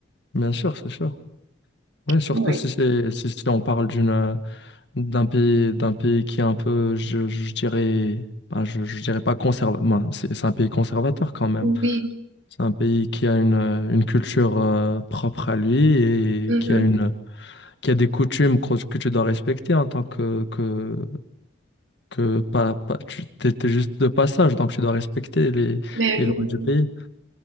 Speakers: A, on the left; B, on the right.
A: bien sûr, c'est sûr. Oui, surtout
B: Ouais.
A: si c'est, si, si on parle d'une, euh, d'un pays, d'un pays qui est un peu, je, je dirais, ben, je, je dirais pas conservateur. c'est c'est un pays conservateur quand même.
B: Oui.
A: C'est un pays qui a une, euh, une culture euh, propre à lui et
B: Mhm.
A: qui a une, qui a des coutumes que, que tu dois respecter en tant que, que, que pas, pas, tu étais juste de passage, donc tu dois respecter les,
B: Ben
A: les
B: oui,
A: lois
B: ben
A: du pays.
B: oui.